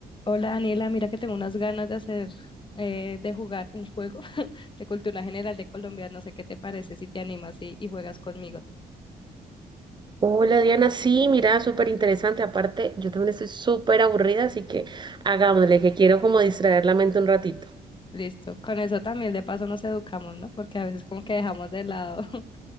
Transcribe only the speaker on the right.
Hola Diana, sí, mira, súper interesante. Aparte, yo también estoy súper aburrida, así que hagámosle, que quiero como distraer la mente un ratito.